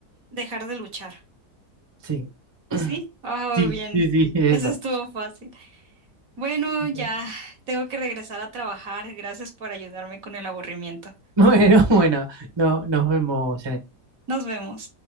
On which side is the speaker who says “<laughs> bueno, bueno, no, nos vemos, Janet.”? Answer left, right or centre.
Right